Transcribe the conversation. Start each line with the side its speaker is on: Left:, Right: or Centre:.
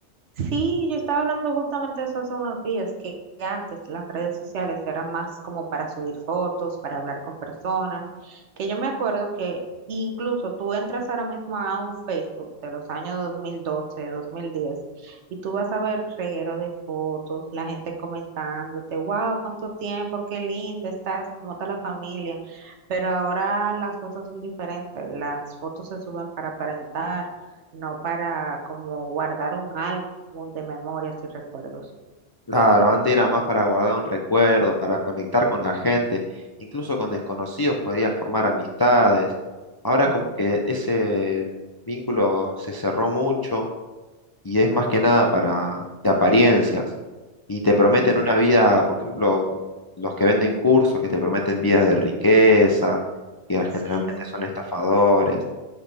Right: Sí, yo estaba hablando justamente de eso hace unos días, que que antes las redes sociales eran más como para subir fotos, para hablar con personas, que yo me acuerdo que incluso tú entras ahora mismo a un Facebook de los años 2012, 2010, y tú vas a ver reguero de fotos, la gente comentándote, wow, cuánto tiempo, qué linda estás, cómo está la familia, pero ahora las cosas son diferentes, las fotos se suben para aparentar. no para como guardar un algo álbum de memorias y recuerdos.
Left: Claro, antes era más para guardar un recuerdo, para conectar con la gente, incluso con desconocidos podías formar amistades. Ahora
Right: Sí.
Left: como que ese vínculo se cerró mucho y es más que nada para de apariencias. Y te prometen
Right: Ujú.
Left: una vida, por ejemplo, los que venden cursos que te prometen vidas de riqueza, que
Right: Sí,
Left: generalmente son estafadores,